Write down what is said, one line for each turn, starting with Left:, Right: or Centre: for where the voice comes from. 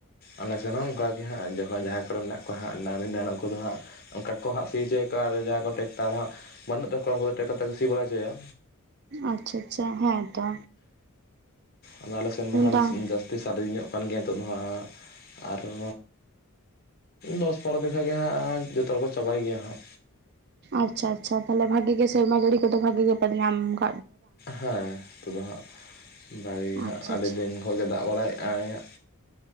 Left: ᱟᱞᱮ ᱥᱮᱱ ᱦᱚᱸ ᱚᱱᱠᱟ ᱜᱮ ᱦᱟᱸᱜ᱾ ᱡᱚᱠᱷᱚᱱ ᱡᱟᱦᱟᱸᱭ ᱠᱚᱨᱮ ᱢᱮᱱᱟᱜ ᱠᱚᱣᱟ ᱦᱟᱸᱜ ᱰᱟᱹᱝᱨᱤ ᱱᱟᱦᱮᱞ ᱩᱱᱠᱩ ᱫᱚ ᱦᱟᱸᱜ᱾ ᱚᱱᱠᱟ ᱠᱚ ᱦᱟᱸᱜ ᱥᱤ ᱦᱚᱪᱚᱭᱟᱠᱚ ᱟᱨ ᱡᱟᱦᱟᱸᱭ ᱠᱚ ᱴᱨᱟᱠᱴᱟᱨ ᱦᱟᱸᱜ ᱵᱟᱹᱱᱩᱜ ᱛᱟᱠᱚᱣᱟ, ᱩᱱᱠᱩ ᱫᱚ ᱴᱨᱟᱠᱴᱟᱨ ᱛᱮᱠᱚ ᱥᱤ ᱵᱟᱲᱟ ᱦᱚᱪᱚᱭᱟ᱾
Right: ᱟᱪᱪᱷᱟ ᱟᱪᱪᱷᱟ ᱦᱮᱸ ᱛᱚ᱾
Left: ᱟᱫᱚ ᱟᱞᱮ ᱥᱮᱱ ᱫᱚ ᱦᱟᱸᱜ,
Right: ᱵᱟᱝ
Left: ᱡᱟᱹᱥᱛᱤ ᱥᱟᱨᱫᱤ ᱧᱚᱜ ᱠᱟᱱ ᱜᱮᱭᱟ ᱱᱤᱛᱚᱜ ᱫᱚ ᱦᱟᱸᱜ᱾ ᱟᱨ ᱼᱼ ᱫᱚᱥ ᱯᱚᱱᱨᱚ ᱫᱤᱱ ᱠᱷᱟᱱ ᱜᱮ ᱦᱟᱸᱜ, ᱡᱷᱚᱛᱚ ᱦᱚᱲᱠᱚ ᱪᱟᱵᱟᱭ ᱜᱮᱭᱟ ᱦᱟᱸᱜ᱾
Right: ᱟᱪᱪᱷᱟ ᱟᱪᱪᱷᱟ᱾ ᱛᱟᱦᱚᱞᱮ ᱵᱷᱟᱜᱮ ᱜᱮ ᱥᱮᱨᱢᱟ ᱡᱟᱹᱲᱤ ᱠᱚ ᱫᱚ ᱵᱷᱟᱜᱮ ᱜᱮ ᱯᱮ ᱧᱟᱢ ᱼᱼ
Left: ᱦᱮᱸ ᱛᱚᱵᱩ ᱦᱟᱸᱜ ᱵᱟᱹᱲᱤ ᱦᱟᱸᱜ
Right: ᱟᱪᱪᱷᱟ
Left: ᱟᱹᱰᱤ
Right: ᱟᱪᱪᱷᱟ
Left: ᱫᱤᱱ ᱠᱷᱚᱡ ᱜᱮ ᱫᱟᱜ ᱵᱟᱲᱟᱭᱮᱫ ᱟᱭ ᱦᱟᱸᱜ᱾